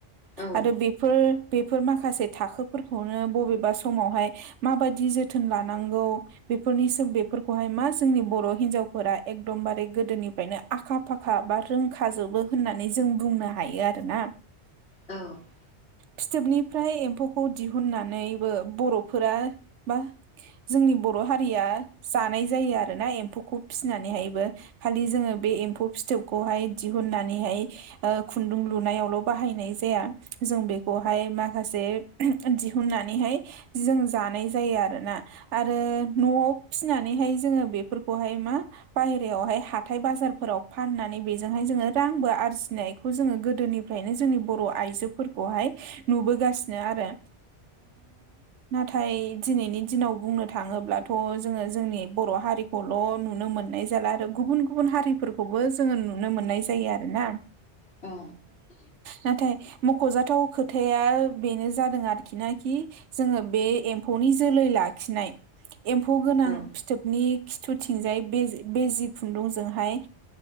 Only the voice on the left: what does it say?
औ
औ
औ
औ